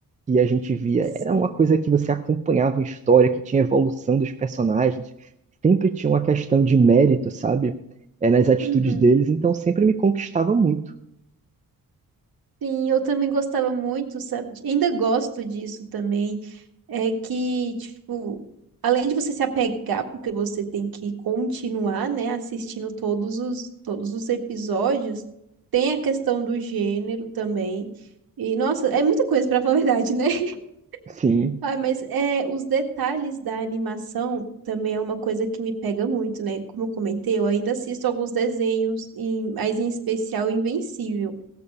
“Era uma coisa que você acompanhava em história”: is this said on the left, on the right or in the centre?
Right